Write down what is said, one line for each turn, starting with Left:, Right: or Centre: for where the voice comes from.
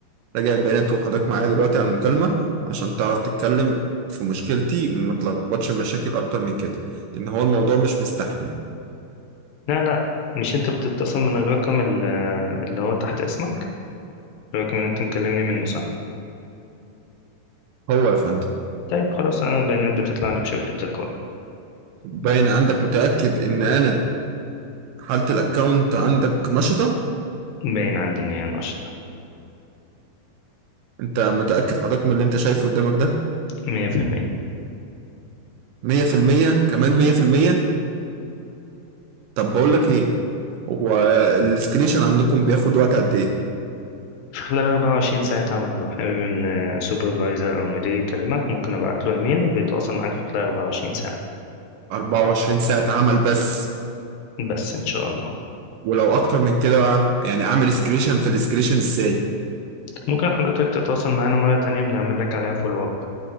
Right: راجع البيانات وحضرتك معايا دلوقتي على المكالمة عشان تعرف تتكلم في مشكلتي وما تلخبطش مشاكل أكتر من كده لأن هو الموضوع مش مستحمل
Left: لا لا مش انت بتتصل من الرقم ال- اللي هو تحت اسمك الرقم اللي انت مكلمني منه صح
Right: هو يا فندم
Left: طيب خلاص انا البيانات بتطلع لي بشكل تلقائي
Right: باين عندك متأكد إن أنا حالة الأكاونت عندك نشطة
Left: باين عندي ان هي نشطه
Right: أنت متأكد حضرتك من اللي أنت شايفه قدامك ده
Left: 100% في المية
Right: 100% كمان 100% طب بقول لك إيه هو الاسكليشن عندكم بياخد وقت قد إيه؟
Left: في خلال 24 ساعة عمل لو حابب إن سوبرفايزر أو مدير يكلمك ممكن أبعت له إيميل وبيتواصل معاك في خلال 24 ساعة
Right: 24 ساعة عمل بس
Left: بس إن شاء الله
Right: ولو اكتر من كده بقى يعني اعمل اسكريشن في الاسكريشن ازاي
Left: ممكن حضرتك تتواصل معانا مرة تانية بنعمل لك عليها فولو أب